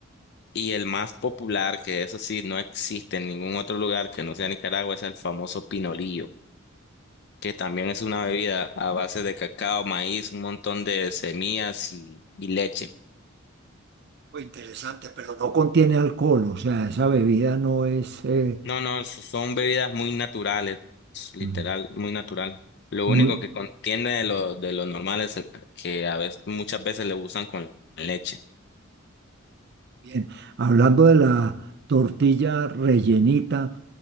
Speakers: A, on the left; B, on the right.
A: Y el más popular, que eso sí no existe en ningún otro lugar que no sea Nicaragua, es el famoso pinolillo, que también es una bebida a base de cacao, maíz, un montón de semillas y, y leche.
B: Muy interesante, pero no contiene alcohol, o sea, esa bebida no es eh,
A: No, no, s- son bebidas muy naturales, s- literal,
B: mm,
A: muy natural. Lo
B: muy
A: único que contiene de lo, de lo normal es el- que a veces, muchas veces le usan con leche.
B: bien. Hablando de la tortilla rellenita.